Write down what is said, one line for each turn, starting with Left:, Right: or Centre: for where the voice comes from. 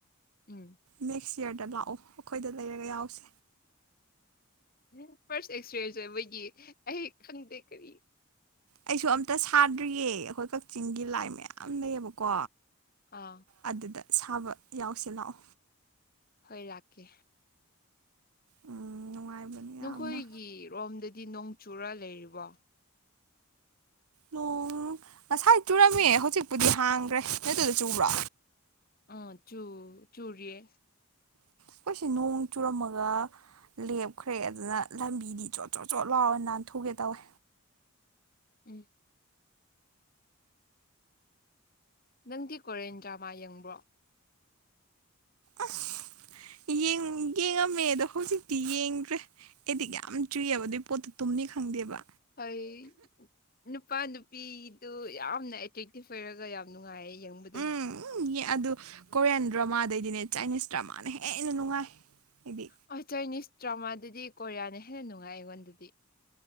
Left: ꯎꯝ
Right: ꯅꯦꯛꯁ ꯏꯌꯔꯗ ꯂꯥꯛꯑꯣ ꯑꯩꯈꯣꯏꯗ ꯂꯩꯔꯒ ꯌꯥꯎꯁꯦ
Left: ꯎ ꯐꯥꯔꯁ ꯑꯦꯛꯁꯔꯦꯁꯦ ꯃꯣꯏꯒꯤ ꯑꯩ ꯈꯪꯗꯦ ꯀꯔꯤ
Right: ꯑꯩꯁꯨ ꯑꯝꯇ ꯁꯥꯗ꯭ꯔꯤꯌꯦ ꯑꯩꯈꯣꯏ ꯀꯛꯆꯤꯡꯒꯤ ꯂꯥꯏ ꯃꯌꯥꯝ ꯂꯩꯌꯦꯕꯀꯣ
Left: ꯑꯥ
Right: ꯑꯗꯨꯗ ꯁꯥꯕ ꯌꯥꯎꯁꯦ ꯂꯥꯛꯑꯣ
Left: ꯍꯣꯏ ꯂꯥꯛꯀꯦ
Right: ꯎꯝ ꯅꯨꯡꯉꯥꯏꯕꯅꯤ ꯌꯥꯝꯅ
Left: ꯅꯈꯣꯏꯒꯤ ꯔꯣꯝꯗꯗꯤ ꯅꯣꯡꯆꯨꯔ ꯂꯩꯔꯤꯕꯣ
Right: ꯅꯣꯡ ꯉꯁꯥꯏ ꯆꯨꯔꯝꯃꯦ ꯍꯧꯖꯤꯛꯄꯨꯗꯤ ꯍꯥꯡꯈ꯭ꯔꯦ ꯅꯣꯏꯗꯨꯗ ꯆꯨꯕ꯭ꯔꯣ
Left: ꯑ ꯆꯨ ꯆꯨꯔꯤꯌꯦ
Right: ꯑꯩꯈꯣꯏꯁꯤ ꯅꯣꯡ ꯆꯨꯔꯝꯃꯒ ꯂꯦꯞꯈ꯭ꯔꯦ ꯑꯗꯨꯅ ꯂꯝꯕꯤꯗꯤ ꯆꯣꯠ ꯆꯣꯠ ꯆꯣꯠ ꯂꯥꯎꯔ ꯅꯥꯟꯊꯨꯒꯦ ꯇꯧꯋꯦ
Left: ꯎꯝ ꯅꯪꯗꯤ ꯀꯣꯔꯦꯟ ꯗ꯭ꯔꯃꯥ ꯌꯦꯡꯕ꯭ꯔꯣ
Right: ꯑꯁ ꯌꯦꯡ ꯌꯦꯡꯉꯝꯃꯦ ꯑꯗꯣ ꯍꯧꯖꯤꯛꯇꯤ ꯌꯦꯡꯗ꯭ꯔꯦ ꯑꯩꯗꯤꯛ ꯌꯥꯝ ꯆꯨꯏꯌꯦꯕ ꯑꯗꯨꯏ ꯄꯣꯠꯇꯨ ꯇꯨꯝꯅꯤ ꯈꯪꯗꯦꯕ
Left: ꯑꯩ ꯅꯨꯄꯥ ꯅꯨꯄꯤꯗꯨ ꯌꯥꯝꯅ ꯑꯦꯇ꯭ꯔꯦꯛꯇꯤꯞ ꯑꯣꯏꯔꯒ ꯌꯥꯝ ꯅꯨꯡꯉꯥꯏꯌꯦ ꯌꯦꯡꯕꯗꯨ
Right: ꯎꯝ ꯎ ꯑꯗꯨ ꯀꯣꯔꯤꯌꯥꯟ ꯗ꯭ꯔꯃꯥꯗꯩꯗꯤꯅꯦ ꯆꯥꯏꯅꯤꯁ ꯗ꯭ꯔꯃꯥꯅ ꯍꯦꯟꯅ ꯅꯨꯡꯉꯥꯏ ꯑꯩꯗꯤ
Left: ꯑ ꯆꯥꯏꯅꯤꯁ ꯗ꯭ꯔꯃꯥꯗꯨꯗꯤ ꯀꯣꯔꯤꯌꯥꯅ ꯍꯦꯟꯅ ꯅꯨꯡꯉꯥꯏ ꯑꯩꯉꯣꯟꯗꯗꯤ